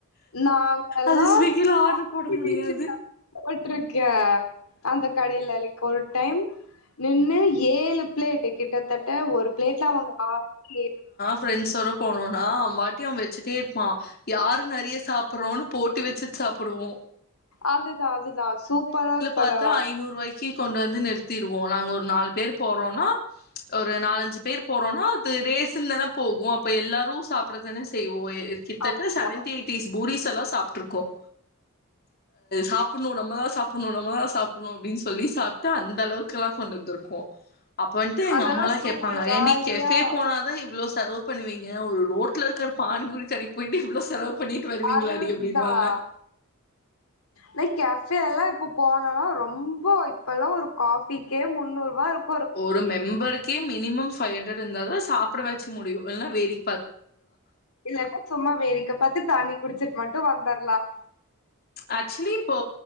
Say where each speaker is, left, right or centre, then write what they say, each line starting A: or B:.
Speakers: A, on the left; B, on the left.
A: நாங்கல்லா
B: அது ஸ்விக்கில ஆர்டர்
A: காம்படிஷன்ல
B: போட முடியாது
A: போட்ருக்கே அந்த கடையில அன்னைக்கி ஒரு டைம் நின்னு ஏழு பிளேட்டு கிட்டத் த்தட்ட ஒரு பிளேட்ல அவங்க ஆறு ஏழு
B: ப்ரெண்ட்ஸோட போனோம்னா அவன் வாட்டி அவன் வச்சுட்டே இருப்பான் யாரு நெறைய சாப்பறோன்னு போட்டி வச்சுட்டு சாப்படுவோம்
A: அதுதா அதுதா சூப்பரா இருக்கு
B: பாத்தா
A: அதெல்லா
B: ஐநூறு ரூபாய்க்கு கொண்டு வந்து நிறுத்திருவோம் நாங்க ஒரு நாலு பேர் போறோம்னா ஒரு ஒரு நாலஞ்சு பேர் போறோம்னா அது ரேசன்ன தானே போகும் அப்ப எல்லாரும் சாப்படற தானே செய்வோம் கிட்டத்தட்ட
A: ஆமா
B: செவன்டி எயிட்டிஸ் பூரிஸ் எல்லாம் சாப்பட்டு இருக்கோம் சாப்படணும் நம்மதான் சாப்படணும் நம்மதான் சாப்பட னும் அப்டின்னு சொல்லி சாப்பட்டு அந்த அளவுக்குெல்லாம் கொண்டு வந்திருக்கோம் அப்ப வந்துட்டு எங்க
A: அதெல்லா
B: அம்மாலாம்
A: சூப்பர்
B: அவ
A: ஜாலியா
B: ஏன்டி கெஃபே போனாதான் இவ்வளோ லவ் பண்ணுவீங்க ஒரு ரோட்ல இருக்கிற பானிபூரி தட போயிட்டு இவ்வளோ செலவு பண்ணிட்டு வருவீங்களாடி
A: அது
B: அப்டின்வாங்க
A: தான் நான் கெஃபே எல்லாம் இப்ப போனாலா ரொம்போ இப்பல்லா ஒரு காஃபிக்கே முந்நூறு ரூபா இருக்கும்
B: ஒரு மெம்பருக்கே மினிமம் ஃபைவ் ஹண்ட்ரட் ருந்தாதா சாப்படவாச்சு முடியு இல்லனா வேடிக்
A: இல்லன்னா சும்மா வேடிக்க பாத்து தண்ணி குடிச்சுட் மட்டும் வந்துரலாம்
B: ஆக்சுவலி இப்போ